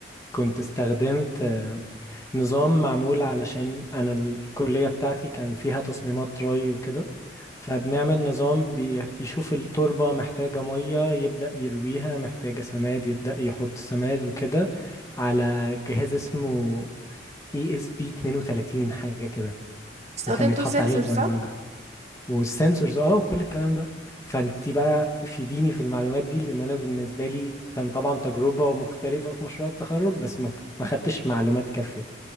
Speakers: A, on the left; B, on the right.
A: كنت استخدمت آه، نظام معمول علشان أنا الكلية بتاعتي كان فيها تصميمات ري وكده فبنعمل نظام بيشوف التربة محتاجة مية يبدأ يرويها محتاجة سماد يبدأ يحط سماد وكده على جهاز اسمه ESP 32 حاجة كده
B: استخدمتوا
A: وكان بيتحط
B: سنسور
A: عليه البرمجة
B: صح؟
A: والسنسورز اه وكل الكلام ده فانت بقى فيديني في المعلومات دي لان انا بالنسبه لي كان طبعا تجربه مختلفه في مشروع التخرج بس ما ما خدتش معلومات كافيه